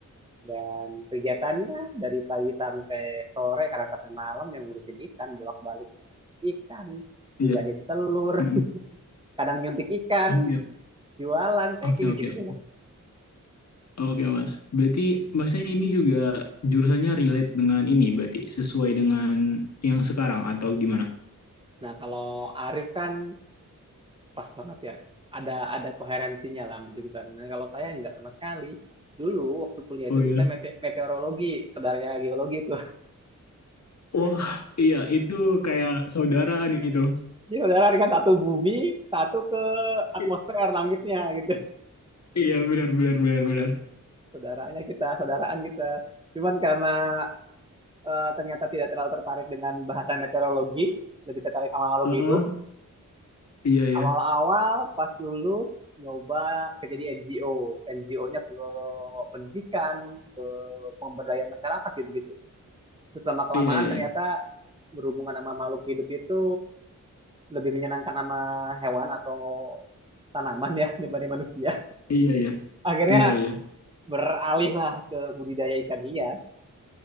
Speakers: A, on the right; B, on the left.
A: Dan kegiatannya dari pagi sampai sore, kadang sampai malam yang ngurusin ikan, bolak-balik ikan, ngejahin
B: iya.
A: telur,
B: Mm-mm.
A: kadang nyuntik ikan.
B: Oke,
A: jualan packing
B: oke, oke,
A: segitu lah.
B: oke. Oke Mas. Berarti Masnya ini juga jurusannya relate dengan ini berarti sesuai dengan yang sekarang atau gimana?
A: Nah, kalau Arif kan pas banget ya. Ada ada koherensinya lah jurusan. Nah, kalau saya nggak sama sekali. Dulu waktu kuliah
B: Oh
A: itu
B: iya.
A: jurusan mete- meteorologi, saudaranya geologi itu.
B: Wah, iya itu kayak saudaraan itu.
A: <laughs> Jadi saudara kan satu bumi, satu ke atmosfer
B: I-
A: langitnya gitu.
B: iya benar benar benar benar.
A: <laughs> Saudaranya kita, saudaraan kita. Cuman karena eh, ternyata tidak terlalu tertarik dengan bahasan meteorologi, lebih tertarik sama makhluk
B: Heeh.
A: hidup.
B: Iya ya.
A: awal-awal pas lulus nyoba kerja di NGO NGO-nya ke pendidikan ke pemberdayaan masyarakat gitu gitu terus lama kelamaan
B: Iya iya
A: ternyata
B: iya.
A: berhubungan sama makhluk hidup itu lebih menyenangkan sama hewan atau tanaman ya <laughs> daripada manusia
B: Iya ya.
A: akhirnya
B: Iya iya.
A: beralih lah ke budidaya ikan hias